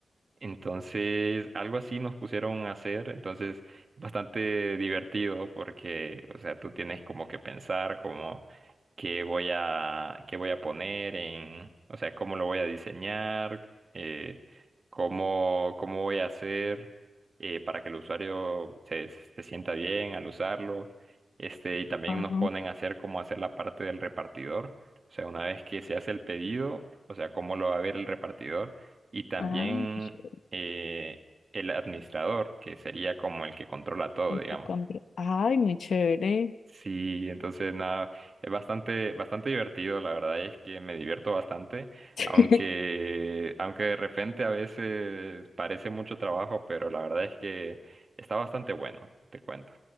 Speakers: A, on the right (about 45°); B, on the left (about 85°).
A: Entonces, algo así nos pusieron a hacer, entonces bastante divertido porque, o sea, tú tienes como que pensar como qué voy a qué voy a poner en, o sea, cómo lo voy a diseñar, eh, cómo cómo voy a hacer eh, para que el usuario se, se sienta bien al usarlo. Este, y también
B: Ah,
A: nos ponen a hacer como hacer la parte del repartidor, o sea, una vez que se hace el pedido, o sea, cómo lo va a ver el repartidor. Y también
B: ah, qué chévere,
A: eh, el administrador, que sería como el que controla todo,
B: ay,
A: digamos.
B: qué contra- ay, muy chévere.
A: Sí, entonces nada, es bastante, bastante divertido, la verdad es que me divierto bastante,
B: <laughs>
A: aunque, aunque de repente a veces parece mucho trabajo, pero la verdad es que está bastante bueno, te cuento.